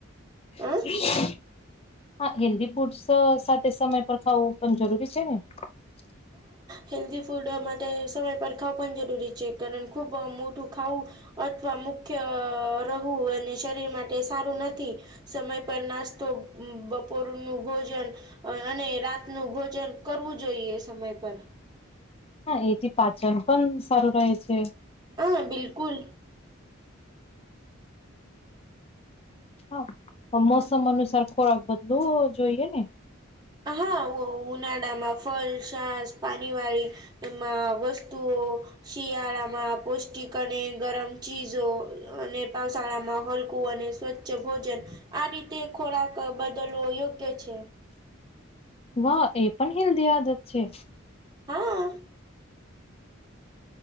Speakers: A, on the left (about 30°); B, on the right (about 20°).
A: <inaudible>
B: હ
A: હા હેલ્થી ફૂડસ સાથે સમય પર ખાવું પણ જરૂરી છે ને. <inaudible>
B: હેલ્થી ફૂડ માટે સમય પર ખાવ પણ જરૂરી છે. કારણ ખુબ મોટું ખાવું અથવા મુખ્ય રહું અને શરીર માટે સારું નથી. સમય પર નાસ્તો બપોરનું ભોજન અને રાતનું ભોજન કરવું જોઈએ સમય પર.
A: હા એથી પાચન પણ સારું રહે છે.
B: હા બિલકુલ.
A: હા મોસમ અનુસાર ખોરાક બદલું જોઈએ ને.
B: હા ઓ ઉનાળામાં ફલ છાસ પાણીવાળી એમાં વસ્તુઓ શિયાળામાં પૌષ્ટિક અને ગરમ ચીજો અને પાાવશાળામાં <unintelligible> હલકું અને સ્વચ્છ ભોજન આ રીતે ખોરાક બદલવો યોગ્ય છે.
A: વાહ એ પણ હેલ્થી આદત છે.
B: હા!